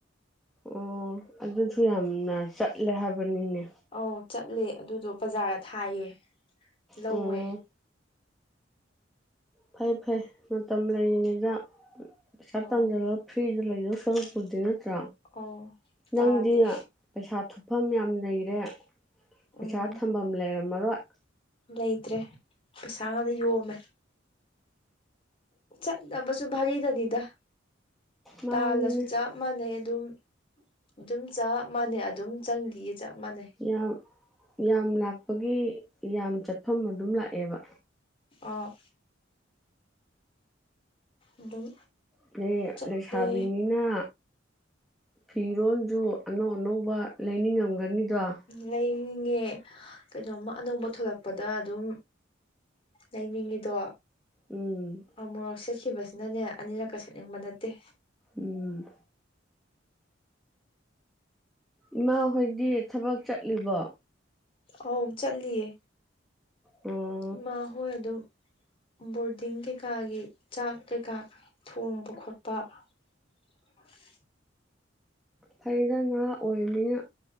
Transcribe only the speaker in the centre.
ꯑꯣ ꯑꯗꯨꯁꯨ ꯌꯥꯝꯅ ꯆꯠꯂꯦ ꯍꯥꯏꯕꯅꯤꯅꯦ
ꯑꯣ ꯐꯩ ꯐꯩ ꯃꯇꯝ ꯂꯩꯔꯤꯉꯩꯗ ꯄꯩꯁꯥ
ꯇꯥꯟꯖꯜꯂꯧ ꯐ꯭ꯔꯤꯗ ꯂꯩꯗꯧ ꯁꯔꯨꯛꯄꯨꯗꯤ ꯅꯠꯇ꯭ꯔꯥ
ꯅꯪꯗꯤ ꯄꯩꯁꯥ ꯊꯨꯞꯐꯝ ꯌꯥꯝ ꯂꯩꯔꯦ ꯄꯩꯁꯥ
ꯊꯝꯐꯝ ꯂꯩꯔꯝꯃꯔꯣꯏ
ꯃꯥꯅꯤꯅꯦ
ꯌꯥꯝ ꯌꯥꯝ ꯂꯥꯛꯄꯒꯤ ꯌꯥꯝ ꯆꯠꯐꯝ ꯑꯗꯨꯝ ꯂꯥꯛꯑꯦꯕ
ꯑꯗꯩ
ꯂꯩꯁꯥꯕꯤꯅꯤꯅ ꯐꯤꯔꯣꯜꯁꯨ ꯑꯅꯧ ꯑꯅꯧꯕ ꯂꯩꯅꯤꯡꯉꯝꯒꯅꯤꯗ‌ꯣ
ꯎꯝ
ꯎꯝ ꯏꯃꯥꯍꯣꯏꯗꯤ ꯊꯕꯛ ꯆꯠꯂꯤꯕꯣ
ꯎꯝ
ꯐꯩꯗ ꯉꯥ ꯑꯣꯏꯕꯅꯤꯅ